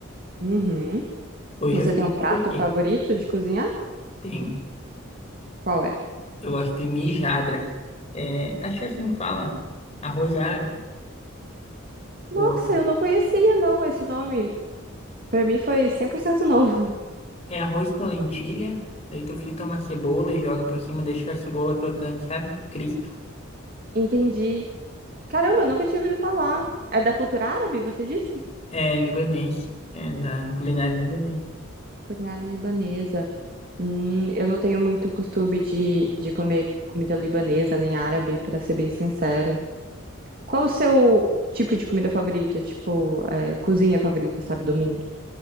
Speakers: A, on the right (about 45°); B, on the left (about 30°).
A: Uhum.
B: Hoje
A: Você
B: eu fiz
A: tem
B: um
A: um prato
B: cookie.
A: favorito de cozinhar?
B: Tem.
A: Qual é?
B: Eu gosto de mijadra. É, acho que é assim que fala. Arroz árabe.
A: Nossa,
B: Com...
A: eu não conhecia não esse nome. Pra mim foi 100% novo.
B: É arroz com lentilha. Daí tu frita uma cebola e joga por cima, deixa a cebola crocante, sabe? Crisp.
A: Entendi. Caramba, eu nunca tinha ouvido falar. É da cultura árabe, você disse?
B: É libanês. É da culinária libanesa.
A: Culinária libanesa. Hum, eu não tenho muito costume de, de comer comida libanesa nem árabe, pra ser bem sincera. Qual o seu tipo de comida favorita? Tipo, é, cozinha favorita, sabe, do mundo?